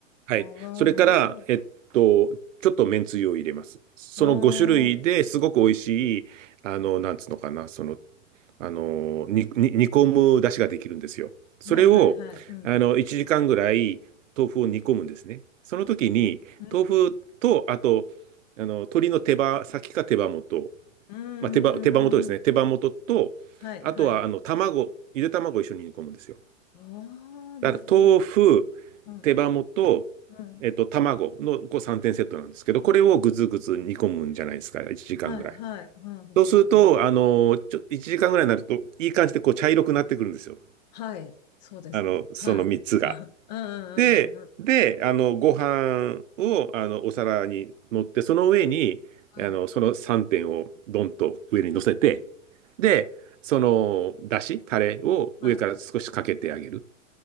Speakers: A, on the right (about 75°); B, on the left (about 35°).
A: はい。
B: ああ、
A: それから、
B: あなるほど。
A: えっと、ちょっとめんつゆを入れます。その5種類ですごく美味しい、
B: ああ、
A: あの、なんつうのかな、その、あの、に、に煮込む出汁ができるんですよ。それを、
B: はい、はい、はい。うん。
A: あの、1時間ぐらい豆腐を煮込むんですね。その時に、
B: うん、
A: 豆腐と、あと、あの、鶏の手羽先か手羽元、
B: うん、う
A: まあ、手羽、手羽元ですね。
B: ん、うん。うん
A: 手羽元と、
B: はい、
A: あとは、
B: はい。
A: あの、卵、ゆで卵を一緒に煮込むんですよ。
B: ああ、なるほど。
A: だから豆腐、
B: うん、
A: 手羽元、
B: うん。
A: えっと、卵のこう3点セットなんですけど、これをぐずぐず煮込むんじゃないですか、1時間ぐらい。
B: はい、はい、うん、1時間。
A: そうすると、あの、ちょ、1時間ぐらいになると、いい感じでこう茶色くなってくるんですよ。
B: はい、そうですね。
A: あの、
B: はい。
A: その3つが。
B: <laughs> うんうんうんうんうん。
A: で、で、あの、ご飯を、あの、お皿に乗って、その上に、
B: はい。
A: あの、その3点をドンと上に乗せて、で、その、だし、タレを上から少しかけてあげる。
B: は